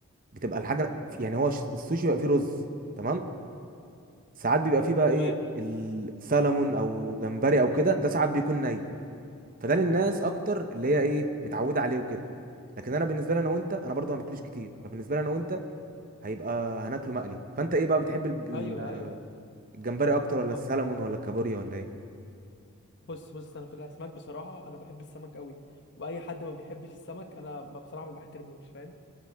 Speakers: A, on the right; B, on the left.
A: بتبقى الحاجه يعني هو ش- السوشي بيبقى فيه رز تمام ساعات بيبقى فيه بقى
B: تمام
A: ايه السلمون او جمبري او كده ده ساعات بيكون ني فده للناس اكتر اللي هي ايه متعوده عليه وكده لكن انا بالنسبه لي انا وانت انا برضو ما باكلوش كتير فبالنسبه لي انا وانت هيبقى هناكله مقلي فانت ايه بقى بتحب الب- ال-
B: ايوه ايوه يا عم
A: الجمبري اكتر ولا
B: آه،
A: السلمون ولا الكابوريا ولا ايه
B: بص بص انا في الاسماك بصراحه انا بحب السمك قوي واي حد ما بيحبش السمك انا ب- بصراحه ما بحترموش فاهم